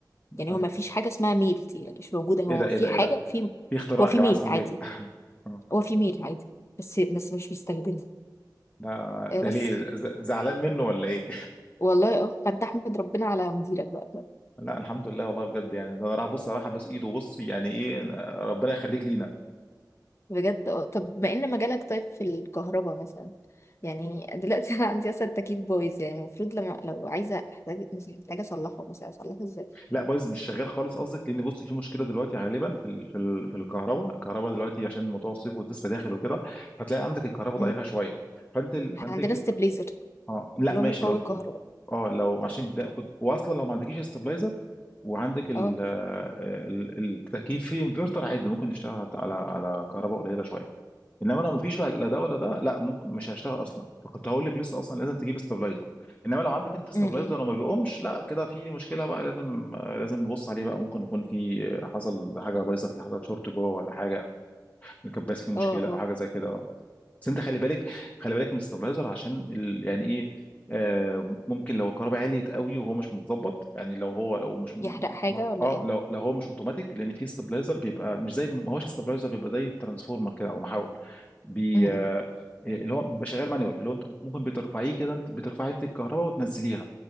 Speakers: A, on the left (about 40°); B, on the left (about 20°).
A: يعني
B: اه
A: هو ما فيش حاجه اسمها ميل دي يعني مش موجوده هو
B: ايه ده ايه
A: في
B: ده
A: حاجه
B: ايه ده
A: في
B: في اختراع
A: هو في
B: يا جماعه
A: ميل
B: اسمه
A: عادي
B: بيل <laughs> آه.
A: هو في ميل عادي بس بس مش بيستخدمها
B: ده ده
A: آه بس
B: ليه ز- زعلان منه ولا ايه
A: والله اه فانت احمد ربنا على مديرك بقى
B: <laughs> لا الحمد لله والله بجد يعني ده انا راح بص راح بس ايده بص يعني ايه ربنا يخليك لينا
A: بجد اه طب بما ان مجالك طيب في الكهرباء مثلا يعني دلوقتي <laughs> انا عندي اصلا تكييف بايظ يعني المفروض لما لو عايزه احتاج محتاجه اصلحه مثلا اصلحه ازاي؟
B: لا بايظ مش شغال خالص قصدك لان بص في مشكله دلوقتي غالبا في ال... في ال... في الكهرباء الكهرباء دلوقتي عشان موضوع الصيف ولسه داخل وكده هتلاقي عندك الكهرباء
A: مم.
B: ضعيفه شويه فانت ال... فانت
A: عندنا
B: الج-
A: ستابليزر
B: اه لا
A: اللي
B: ماشي
A: هو مقوي
B: لو
A: كهرباء
B: اه لو عشان ده كنت واصلا لو ما عندكيش استابلايزر وعندك ال...
A: اه
B: آه، ال... التكييف فيه انفرتر عادي ممكن نشتغل على على كهرباء قليله شويه انما لو مفيش بقى لا ده ولا ده لا ممكن مش هيشتغل اصلا فكنت هقول لك لسه اصلا لازم تجيب استابلايزر انما لو عندك انت استابلايزر
A: امم
B: وما بيقومش لا كده في مشكله بقى لازم لازم نبص عليه بقى ممكن يكون في حصل حاجه بايظه في حصل شورت جوه ولا حاجه الكباس فيه مشكله
A: اه اه
B: او حاجه زي كده بس انت خلي بالك خلي بالك من الاستابلايزر عشان ال... يعني ايه آه ممكن لو الكهرباء عليت قوي وهو مش متظبط يعني لو هو لو مش م-
A: يحرق حاجة ولا
B: اه
A: ايه
B: لو لو هو مش اوتوماتيك لان في استابلايزر بيبقى مش زي ما هوش استابلايزر بيبقى زي الترانسفورمر كده او محول بي
A: امم
B: آه آه، اللي هو بيبقى شغال مانيوال اللي هو انت ممكن بترفعيه كده انت بترفعي انت الكهرباء وتنزليها